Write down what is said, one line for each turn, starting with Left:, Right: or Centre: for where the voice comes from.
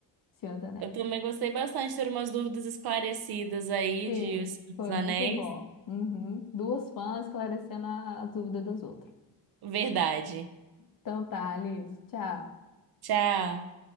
Left: Senhor dos Anéis.
Right: Eu também gostei bastante de ter umas dúvidas esclarecidas aí
Left: Sim,
Right: de O Senhor
Left: foi
Right: dos Anéis.
Left: muito bom. Uhum. Duas fãs esclarecendo as dúvidas das outras.
Right: Verdade.
Left: Então tá, Alice. Tchau.
Right: Tchau.